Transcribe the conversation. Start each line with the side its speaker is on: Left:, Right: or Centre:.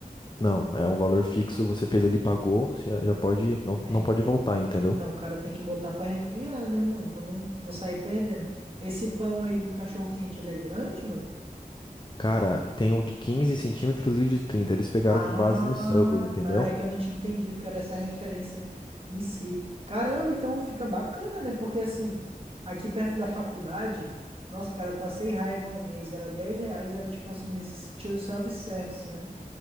Left: Não, é um valor fixo, você fez ali, pagou, você já pode, não,
Right: É,
Left: não pode voltar, entendeu?
Right: então o cara tem que botar pra arrepiar, né, mano? Pra não, não sair perdendo. Esse pão aí do cachorro-quente, ele é grande, mano?
Left: Cara, tem o de 15 centímetros e o de 30. eles pegaram
Right: Ah,
Left: com base no Subway, entendeu?
Right: tá. É que eu não tinha entendido que era essa referência em si. Caramba, então fica bacana, né? Porque assim, aqui perto da faculdade. Nossa, cara, eu passei raiva uma vez, era 10 reais, era tipo assim, nesse estilo self-service, né?